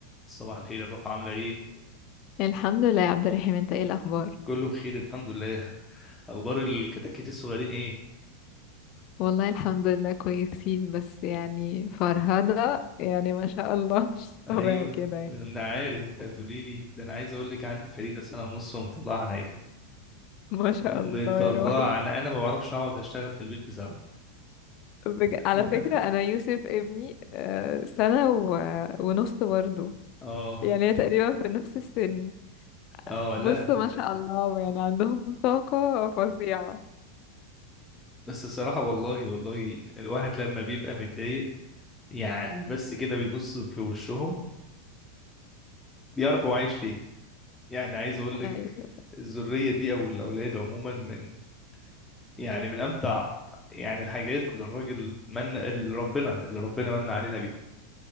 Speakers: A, on the left; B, on the left.
A: صباح الخير يا ضحى عاملة ايه؟
B: الحمد لله يا عبد الرحيم انت ايه الاخبار
A: كله بخير الحمد لله اخبار الكتاكيت الصغيرين ايه؟
B: والله الحمد لله كويسين بس يعني فرهدة يعني ما شاء الله <laughs> مش
A: ايوه
B: طبيعي كده يعني
A: انا عارف انت هتقولي لي ده انا عايز اقول لك عندي فريدة سنة ونص ومطلعة عينيا
B: ما شاء
A: مطلعة
B: الله يا روحي
A: انا انا ما بعرفش اقعد اشتغل في البيت بسبب
B: بج...
A: <laughs>
B: على فكرة انا يوسف ابني آه، سنة و... ونص برضه
A: اه
B: يعني تقريبا في نفس السن
A: اه
B: بص
A: لا لا.
B: ما شاء الله يعني عندهم طاقة فظيعة
A: بس الصراحة والله والله الواحد لما بيبقى متضايق يعني بس كده بيبص في وشهم بيعرف هو عايش ليه يعني عايز اقول لك
B: ايوه
A: الذرية دي او الاولاد عموما من يعني من امتع يعني الحاجات اللي الراجل من اللي ربنا اللي ربنا من علينا بيهم